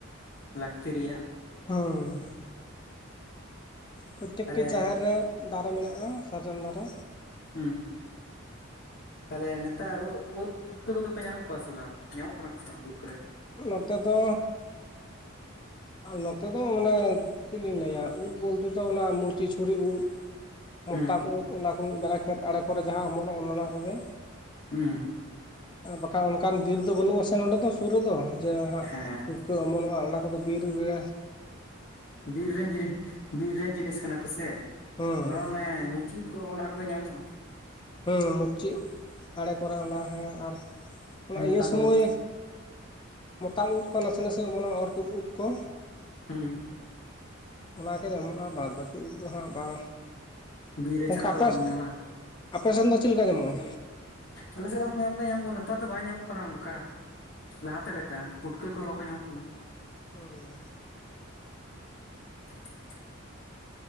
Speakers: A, on the left; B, on the left.
A: ᱞᱟᱹᱠᱛᱤ ᱨᱮᱭᱟᱜ
B: ᱦᱳ ᱯᱨᱚᱛᱛᱮᱠᱴᱤ
A: ᱛᱟᱦᱚᱞᱮ
B: ᱡᱟᱦᱮᱨ ᱨᱮ ᱫᱟᱨᱮ ᱢᱮᱱᱟᱜ-ᱟ ᱥᱟᱨᱡᱚᱢ ᱫᱟᱨᱮ
A: ᱦᱩᱸ ᱛᱟᱦᱚᱞᱮ ᱱᱮᱛᱟᱨ ᱩᱫ ᱯᱩᱴᱠᱟᱹ ᱠᱚᱫᱚᱯᱮ ᱧᱟᱢᱮᱫ ᱠᱚᱣᱟ ᱥᱮ ᱵᱟᱝ ᱧᱟᱢᱚᱜ ᱠᱟᱱᱟ ᱠᱚ ᱥᱮ ᱵᱟᱝ ᱵᱤᱨ ᱠᱚᱨᱮ
B: ᱱᱚᱛᱮ ᱫᱚ ᱟ ᱱᱚᱛᱮ ᱫᱚ ᱢᱟᱱᱮ ᱪᱮᱫ ᱞᱤᱧ ᱞᱟᱹᱭᱟ ᱩᱫ ᱵᱚᱞᱛᱮ ᱫᱚ ᱚᱱᱟ ᱢᱩᱪᱤ ᱪᱷᱩᱨᱤ ᱩᱫ ᱢᱚᱛᱟᱢ
A: ᱦᱩᱸ
B: ᱩᱫ ᱚᱱᱟ ᱠᱩ ᱢᱤᱫᱵᱟᱨᱭᱟ ᱠᱷᱮᱛ ᱟᱲᱮ ᱠᱚᱨᱮ ᱡᱟᱦᱟᱸ ᱚᱢᱚᱱᱚᱜ ᱚᱱᱚᱱᱟ ᱠᱚᱜᱮ
A: ᱦᱩᱸ
B: ᱟᱨ ᱵᱟᱠᱷᱟᱜ ᱚᱱᱠᱟᱱ ᱵᱤᱨ ᱫᱚ ᱵᱟᱹᱱᱩᱜ ᱟ ᱥᱮ ᱱᱚᱸᱰᱮ ᱫᱚ ᱥᱩᱨ ᱨᱮᱫᱚ ᱡᱮ ᱦᱟᱸᱜ
A: ᱦᱮᱸ
B: ᱠᱟᱹ ᱚᱢᱚᱱᱚᱜ-ᱟ ᱚᱱᱟ ᱠᱚᱫᱚ ᱵᱤᱨ ᱨᱮ
A: ᱵᱤᱨ ᱨᱮᱱ ᱡᱤᱱᱤᱥ ᱵᱤᱨ ᱨᱮᱱ ᱡᱤᱱᱤᱥ ᱠᱟᱱᱟ ᱠᱚᱥᱮ
B: ᱦᱩᱸ
A: ᱵᱚᱨᱚᱱ ᱚᱱᱮ ᱢᱩ ᱪᱮᱫ ᱠᱚ ᱚᱱᱟ ᱠᱚᱫᱚ ᱧᱟᱢᱚᱜ-ᱟ
B: ᱦᱩᱸ ᱢᱩᱪᱤ ᱟᱲᱮ ᱠᱚᱨᱮ ᱚᱱᱟ ᱦᱮᱸ ᱟᱨ ᱚᱱᱟ
A: ᱢᱚᱛᱟᱢ
B: ᱤᱭᱟᱹ ᱥᱚᱢᱚᱭ
A: ᱩᱫ
B: ᱢᱚᱛᱟᱢ ᱩᱫ ᱠᱚ ᱱᱟᱥᱮ ᱱᱟᱥᱮ ᱚᱢᱚᱱᱚ ᱚᱨ ᱛᱩᱫ ᱩᱫ ᱠᱚ
A: ᱦᱩᱸ
B: ᱚᱱᱟᱜᱮ ᱧᱟᱢᱚᱜ-ᱟ ᱵᱟᱫᱽ ᱵᱟᱹᱠᱤ ᱩᱵ ᱫᱚ ᱦᱟᱸᱜ ᱵᱟᱝ
A: ᱵᱤᱨ ᱨᱮ
B: ᱚᱝᱠᱟ
A: ᱪᱷᱟᱲᱟ
B: ᱟᱯᱮ
A: ᱫᱚ ᱵᱟᱵᱤᱱ ᱧᱟᱢᱟ
B: ᱟᱯᱮᱥᱮᱱ ᱫᱚ ᱪᱮᱫ ᱞᱮᱠᱟ ᱧᱟᱢᱚᱜ-ᱟ
A: ᱟᱞᱮ ᱥᱮᱫ ᱦᱚᱸ ᱧᱟᱢ ᱫᱚ ᱧᱟᱢᱚᱜ-ᱟ ᱱᱮᱛᱟᱨ ᱫᱚ ᱵᱟᱭ ᱧᱟᱢᱚᱜ ᱠᱟᱱᱟ ᱚᱱᱠᱟ ᱞᱟᱦᱟᱛᱮ ᱞᱮᱠᱟ ᱯᱩᱴᱠᱟᱹ ᱠᱚᱦᱚᱸ ᱵᱟᱠᱚ ᱧᱟᱢᱚᱜ ᱠᱟᱱᱟ
B: ᱩᱦᱻ
A: <unintelligible>